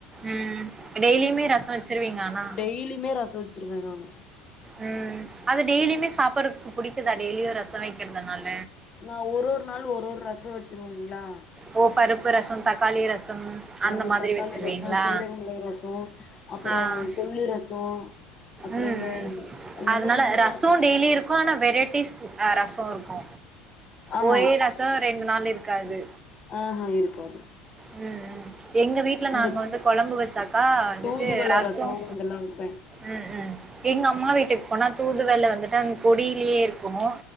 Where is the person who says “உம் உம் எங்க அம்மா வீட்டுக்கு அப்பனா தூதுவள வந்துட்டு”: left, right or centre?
Right